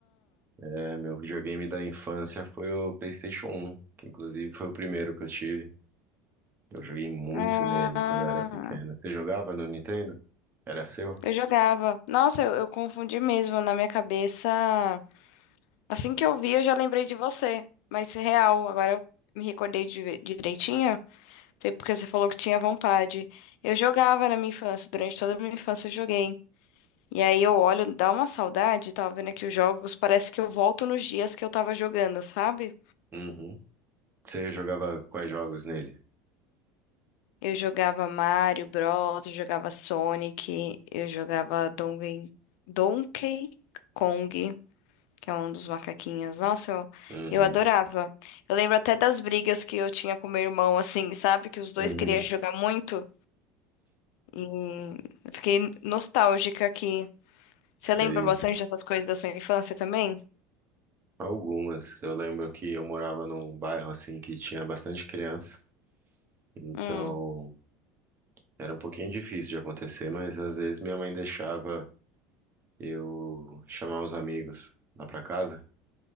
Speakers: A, on the right; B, on the left.
A: é, meu videogame da infância foi o PlayStation 1, que inclusive foi o primeiro que eu tive. Eu joguei muito
B: ah,
A: nele quando eu era pequena. Você jogava no Nintendo? Era seu?
B: eu jogava. Nossa, eu, eu confundi mesmo na minha cabeça. Assim que eu vi, eu já lembrei de você. Mas real, agora eu me recordei de, direitinho. Foi porque você falou que tinha vontade. Eu jogava na minha infância, durante toda a minha infância eu joguei. E aí eu olho, dá uma saudade, tava vendo aqui os jogos, parece que eu volto nos dias que eu tava jogando, sabe?
A: Uhum. Você jogava quais jogos nele?
B: Eu jogava Mario Bros, eu jogava Sonic, eu jogava Donkey, Donkey Kong, que é um dos macaquinhos. Nossa, eu,
A: Uhum.
B: eu adorava. Eu lembro até das brigas que eu tinha com meu irmão, assim, sabe? Que os dois
A: Uhum.
B: queriam jogar muito. E eu fiquei nostálgica aqui.
A: Sei.
B: Você lembra bastante dessas coisas da sua infância também?
A: Algumas. Eu lembro que eu morava num bairro assim que tinha bastante criança, então
B: Hum.
A: era um pouquinho difícil de acontecer, mas às vezes minha mãe deixava eu chamar os amigos lá pra casa.